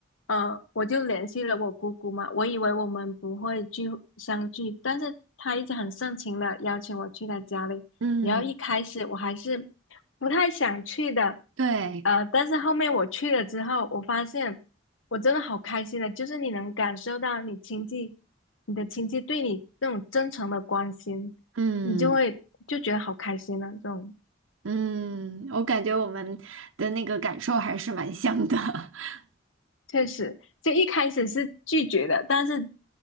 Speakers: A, on the left; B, on the right.
A: 嗯，我就联系了我姑姑嘛。我以为我们不会聚相聚，但是她一直很盛情的邀请我去她家里。
B: 嗯，
A: 然后一开始我还是不太想去的，
B: 对，
A: 呃，但是后面我去了之后，我发现我真的好开心的，就是你能感受到你亲戚，你的亲戚对你那种真诚的关心，
B: 嗯。
A: 你就会就觉得好开心啊，这种。
B: 嗯，我感觉我们的那个感受还是蛮像的。<laughs>
A: 确实，就一开始是拒绝的，但是